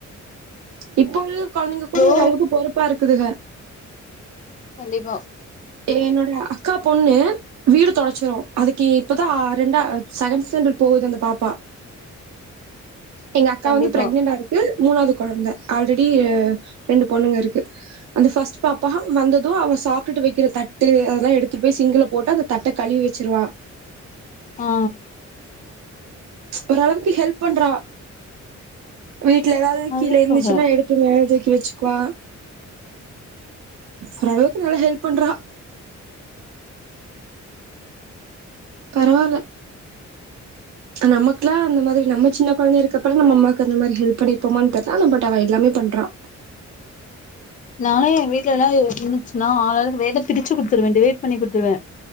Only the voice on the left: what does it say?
ஓ
கண்டிப்பா
கண்டிப்பா
ஆ
அதா
சொல்றே
நானு வீட்ல எல்லா இருந்துச்சுன்னா ஆளாளுக்கு வேலை பிரிச்சு குடுத்துருவேன் டிவேட் பண்ணி குடுத்துருவேன்